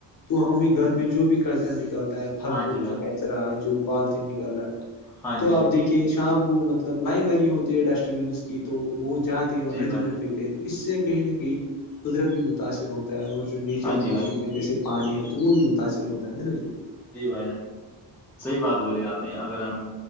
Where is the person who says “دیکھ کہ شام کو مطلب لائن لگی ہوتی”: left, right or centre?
Left